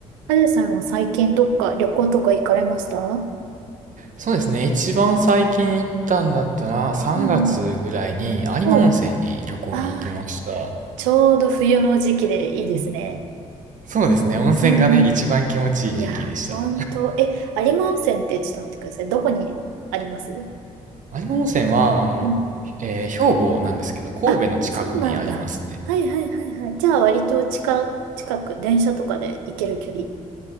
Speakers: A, on the right (about 80°); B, on the right (about 50°).
A: あずさんは最近どっか旅行とか行かれましたうん
B: そうですね。一番最近行ったんだったら、3月ぐらいに有馬温泉に旅行に行きました。
A: うんおう。ああ、ちょうど冬の時期でいいですね。
B: そうですね。温泉がね、
A: うんうん
B: 一番気持ちいい時期でした。
A: いや、ほんと。え、有馬温泉ってちょっと待ってください。どこにあります
B: 有馬温泉は、あの、
A: うん
B: えー兵庫なんですけど、神戸の近くにありますね。
A: あ、そうなんだ。はいはいはいはい。じゃあ割と近、近く、電車とかで行ける距離